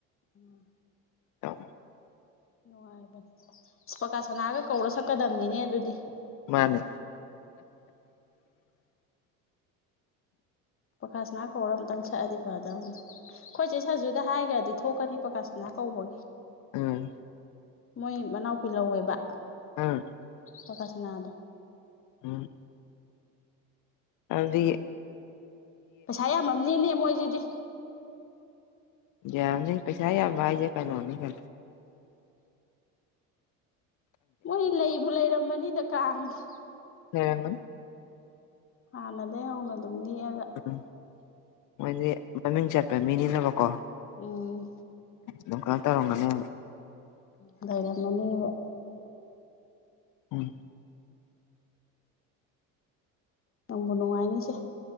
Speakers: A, on the left; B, on the left.
A: ꯎꯝ
B: <inaudible>
A: ꯅꯨꯡꯉꯥꯏꯕꯅꯦ ꯄꯀꯥ ꯁꯅꯥꯒ ꯀꯧꯔ ꯁꯛꯀꯗꯝꯕꯅꯤꯅꯦ ꯑꯗꯨꯗꯤ
B: ꯃꯥꯅꯦ
A: ꯄꯀꯥꯥꯁꯅꯥ ꯀꯧꯔ ꯑꯃꯝꯇꯪ ꯁꯛꯑꯗꯤ ꯐꯗꯧꯅꯤ ꯑꯩꯈꯣꯏꯁꯦ ꯁꯖꯨꯗ ꯍꯥꯏꯈ꯭ꯔꯗꯤ ꯊꯣꯛꯀꯅꯤ ꯄꯀꯥꯁꯅꯥ ꯇꯕꯒꯦ
B: ꯎꯝ
A: ꯃꯣꯏ ꯃꯅꯥꯎꯄꯤꯍꯧꯋꯦꯕ
B: ꯑꯥ
A: ꯄꯀ ꯁꯅꯗꯣ
B: ꯎꯝ ꯑꯗꯨ
A: ꯄꯩꯁꯥ ꯌꯥꯝꯃꯝꯅꯤꯅꯦ ꯃꯣꯏꯁꯤꯗꯤ
B: ꯌꯥꯅꯤ ꯄꯁꯥ ꯌꯥꯏꯖ ꯀꯩꯅꯣꯅꯤ ꯐ <inaudible>
A: ꯃꯣꯏ ꯂꯩꯕꯨ ꯂꯩꯔꯝꯃꯅꯤꯗ ꯀꯥꯡꯒꯦ
B: ꯂꯩꯔꯝꯒꯅꯤ
A: ꯍꯥꯟꯅꯗꯒꯤꯩ ꯍꯧꯅ ꯑꯗꯨꯝ ꯅꯦꯛꯑꯒ
B: ꯎꯝ ꯃꯣꯏꯗꯤ ꯃꯃꯤꯡ ꯆꯠꯄ ꯃꯤꯅꯤꯅꯕꯀꯣ
A: ꯎꯝ
B: ꯂ ꯀꯥꯟ ꯇꯧꯔꯣꯒꯅꯦ
A: ꯎꯝ ꯂꯩꯔꯝꯃꯅꯤꯕ
B: ꯎꯝ
A: ꯅꯪꯕꯨ ꯅꯨꯡꯉꯥꯏꯅꯤꯁꯦ